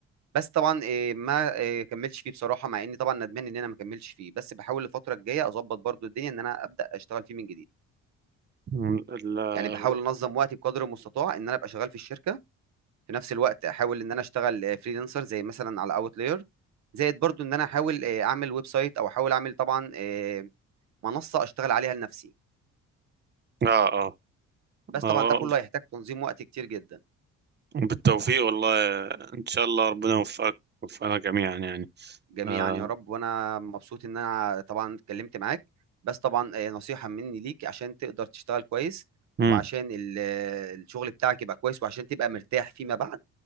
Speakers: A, on the right; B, on the right.
A: بس طبعا آه، ما آه، كملتش فيه بصراحه مع اني طبعا ندمان ان انا ما كملتش فيه بس بحاول الفتره الجايه اظبط برضو الدنيا ان انا ابدا اشتغل فيه من جديد
B: مم. ال- اه
A: يعني بحاول انظم وقتي بقدر المستطاع ان انا ابقى شغال في الشركه في نفس الوقت احاول ان انا اشتغل فريلانسر زي مثلا على اوتلاير زائد برضو ان انا احاول آه، اعمل ويب سايت او احاول اعمل طبعا آه، منصه اشتغل عليها لنفسي
B: آه.
A: بس
B: آه
A: طبعا ده كله هيحتاج تنظيم وقت كتير جدا
B: بالتوفيق والله إن شاء الله ربنا يوفقك ويوفقنا جميعا يعني
A: جميعا
B: آه
A: يا رب وانا مبسوط ان انا طبعا اتكلمت معاك بس طبعا آه، نصيحة مني ليك عشان تقدر تشتغل كويس
B: مم.
A: وعشان ال- آه، الشغل بتاعك يبقى كويس وعشان تبقى مرتاح فيما بعد